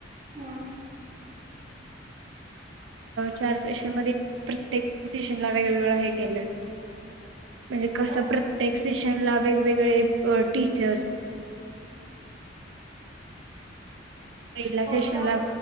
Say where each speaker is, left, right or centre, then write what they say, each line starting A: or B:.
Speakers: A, on the right; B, on the right.
A: हं
B: चार सेशन मध्ये प्रत्येक पोझिशन ला वेगवेगळं हे केलंय म्हणजे कस
A: हो
B: प्रत्येक सेशन ला वेगवेगळेअ टीचर्स. <inaudible> पहिल्या
A: होय
B: सेशनला
A: का